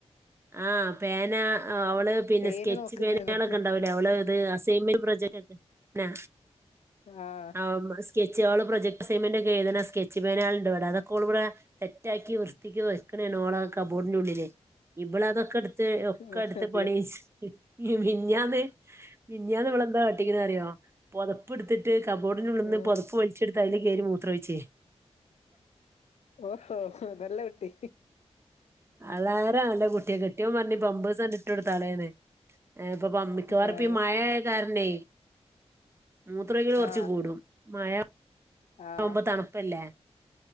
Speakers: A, on the right; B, on the left.
A: ആ പേന അവള് പിന്നെ
B: പേന്
A: സ്കെച്ച്
B: നോക്കുന്നന്ന്
A: പേനാളൊക്കെണ്ടാവില്ലേ അവള് അത് അസൈൻമെൻ്റും പ്രോജക് <unintelligible> നാ
B: ആഹ്
A: അവൾ സ്കെച്ച് ച്ച് ഓള് പ്രൊജക്ട് അസൈൻമെൻ്റൊക്കെ എഴുത്ണ സ്കെച്ച് പേനാള്ണ്ട് ഇവിടെ അതൊക്കോൾ ഇവിടെ സെറ്റാക്കി വൃത്തിക്ക് വെക്ക്ണേണ് ഓളെ കബോടിനുള്ളില് ഇവളതൊക്കെ എടുത്ത് ഒക്കെ
B: ഓ
A: എടുത്ത്
B: അതെയ
A: പണികഴ്ച്ച് <unintelligible> മിനിഞ്ഞാന്ന് മിനിഞ്ഞാന്ന് ഓള് ന്താ കാട്ടിക്ക്ണതറിയോ പൊത പ്പ്ട്ത്തിട്ട് കബോഡിനുള്ള്ന്ന്
B: ആഹ്
A: പൊതപ്പ് വലിച്ചെട്ത്ത് അയ്ല് കേറി മൂത്രയ്ച്ച്
B: ഓഹോ നല്ല കുട്ടി
A: അളാര നല്ല കുട്ടിയാ കെട്ടിയോൻ പറഞ്ഞ് പമ്പേയ്സ് ആണ്ട് ഇട്ടൊട്ത്താളേന്ന് <unintelligible> മിക്കവാറും
B: ആഹ്
A: ഇപ്പം ഈ മഴയായ കാരണമേ മൂത്രം ഒഴിക്കല് കുറച്ച്
B: ആഹ്
A: കൂടും മഴ
B: ആഹ്
A: ആവുമ്പോ തണുപ്പല്ലേ